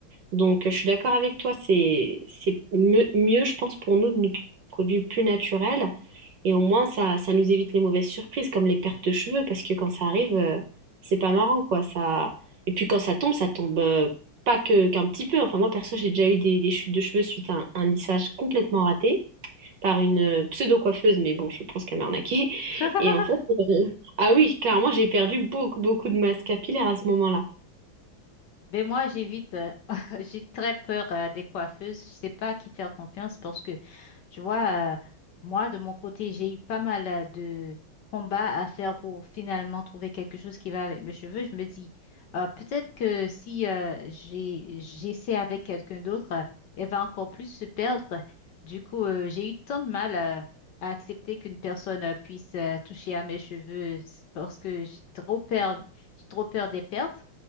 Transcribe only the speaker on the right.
Donc, euh, je suis d'accord avec toi, c'est c'est mieux, mieux, je pense, pour nous de nous produire plus naturels. Et au moins, ça, ça nous évite les mauvaises surprises, comme les pertes de cheveux, parce que quand ça arrive, euh, c'est pas marrant, quoi. Ça... Et puis, quand ça tombe, ça tombe euh, pas que qu'un petit peu. Enfin, moi, perso, j'ai déjà eu des, des chutes de cheveux suite à un, un lissage complètement raté par une euh, pseudo-coiffeuse, mais bon, je pense qu'elle m'a arnaqué.
Et en fait, euh, ah oui, clairement, j'ai perdu beaucoup, beaucoup de masse capillaire à ce moment-là.